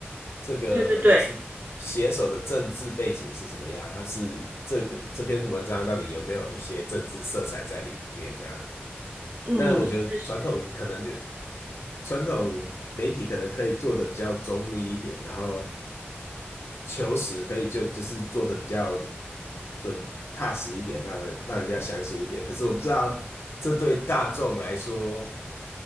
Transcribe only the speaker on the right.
对对对，
嗯，
就是